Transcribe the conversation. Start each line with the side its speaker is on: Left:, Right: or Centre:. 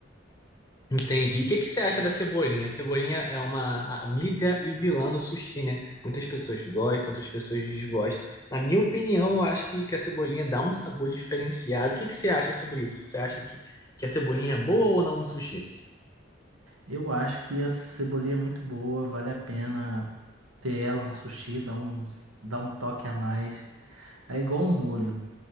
Left: Entendi. E o que que você acha da cebolinha? Cebolinha é uma amiga e vilã no sushi, né? Muitas pessoas gostam, outras pessoas desgostam. Na minha opinião, eu acho que, que a cebolinha dá um sabor diferenciado. O que que você acha sobre isso? Você acha que, que a cebolinha é boa ou não no sushi?
Right: Eu acho que a cebolinha é muito boa, vale a pena ter ela no sushi dá um, dá um toque a mais. É igual um molho.